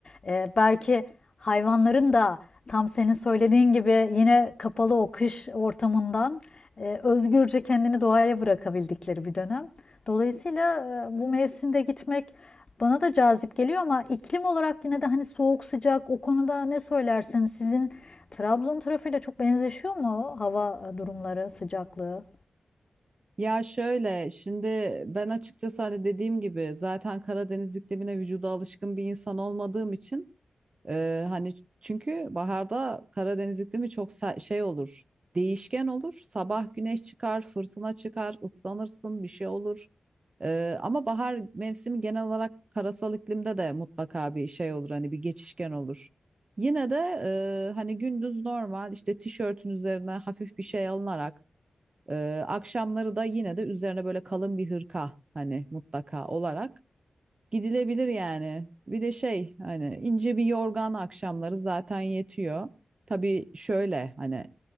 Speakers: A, on the left; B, on the right.
A: Eee, belki hayvanların da tam senin söylediğin gibi yine kapalı o kış ortamından eee, özgürce kendini doğaya bırakabildikleri bir dönem. Dolayısıyla eee, bu mevsimde gitmek bana da cazip geliyor ama iklim olarak yine de hani soğuk sıcak o konuda ne söylersin? Sizin Trabzon tarafıyla çok benzeşiyor mu hava durumları, sıcaklığı?
B: Ya şöyle şimdi ben açıkçası hani dediğim gibi zaten Karadeniz iklimine vücuda alışkın bir insan olmadığım için e, hani ç- çünkü baharda Karadeniz iklimi çok sa- şey olur değişken olur sabah güneş çıkar fırtına çıkar ıslanırsın bir şey olur E, ama bahar mevsimi genel olarak karasal iklimde de mutlaka bir şey olur hani bir geçişken olur. Yine de e, hani gündüz normal işte tişörtün üzerine hafif bir şey alınarak ee, akşamları da yine de üzerine böyle kalın bir hırka hani mutlaka olarak gidilebilir yani. Bir de şey hani ince bir yorgan akşamları zaten yetiyor. Tabii şöyle hani